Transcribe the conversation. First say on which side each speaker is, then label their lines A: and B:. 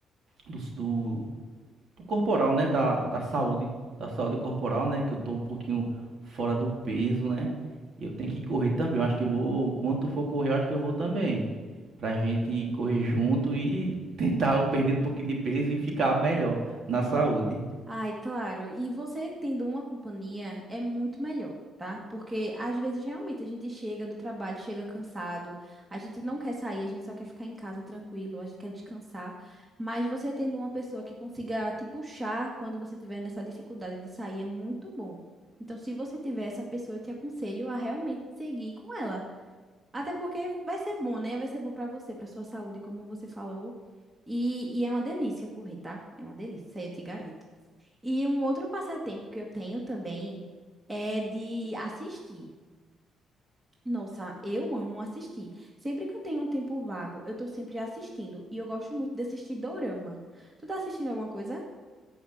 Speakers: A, on the right (about 60°); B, on the right (about 20°).
A: do, do do corporal, né? Da, da saúde, da saúde corporal, né? Que eu tô um pouquinho fora do peso, né? E eu tenho que correr também. Eu acho que eu vou, quando tu for correr, eu acho que eu vou também. Pra gente correr junto e tentar <laughs> eu perder um pouquinho de peso e ficar melhor na saúde.
B: Ai, claro. E você tendo uma companhia é muito melhor, tá? Porque às vezes realmente a gente chega do trabalho, chega cansado, a gente não quer sair, a gente só quer ficar em casa tranquilo, a gente quer descansar. Mas você tendo uma pessoa que consiga te puxar quando você tiver nessa dificuldade de sair é muito bom. Então, se você tiver essa pessoa, eu te aconselho a realmente seguir com ela. Até porque vai ser bom, né? Vai ser bom pra você, pra sua saúde, como você falou. E, e é uma delícia correr, tá? É uma delícia, isso aí eu te garanto. E um outro passatempo que eu tenho também é de assistir. Nossa, eu amo assistir. Sempre que eu tenho um tempo vago, eu tô sempre assistindo. E eu gosto muito de assistir dorama. Tu tá assistindo alguma coisa?